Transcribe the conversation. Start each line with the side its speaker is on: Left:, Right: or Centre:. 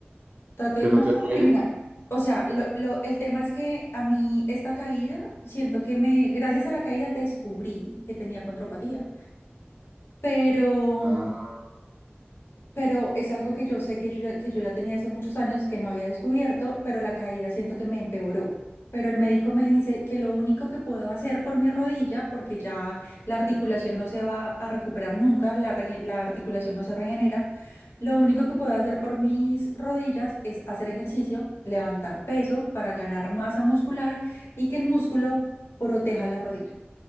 Left: trato de
Right: pero
Left: ignorarlo
Right: te
Left: porque
Right: duele,
Left: mira, o sea, lo- lo- el tema es que a mí esta caída, siento que me, gracias a la caída descubrí que tenía condropatía. pero, mm,
Right: ah,
Left: pero es algo que yo sé que yo ya, que yo ya tenía hace muchos años que no había descubierto, pero la caída siento que me empeoró. Pero el médico me dice que lo único que puedo hacer por mi rodilla, porque ya la articulación no se va a recuperar nunca, la, rege- la articulación no se regenera, lo único que puedo hacer por mis rodillas es hacer ejercicio, levantar peso para ganar masa muscular y que el músculo proteja la rodilla.